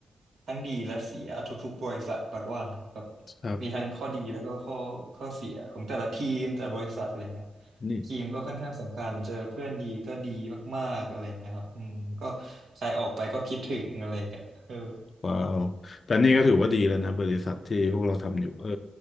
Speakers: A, on the right; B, on the left.
A: ทั้งดีและเสียทุกๆบริษัทปัดว่านะแบบ
B: ครับ
A: มีทั้งข้อดีแล้วก็ข้อข้อเสียของแต่ละทีมแต่ละบริษัทอะไรเงี้ย
B: นี่
A: ทีมก็ค่อนข้างสำคัญเจอเพื่อนดีก็ดีมากๆอะไรเงี้ยครับอืมก็ใครออกไปก็คิดถึงอะไรเงี้ยเออ
B: ว้าวแต่นี่ก็ถือว่าดีแล้วนะบริษัทที่พวกเราทำอยู่เออ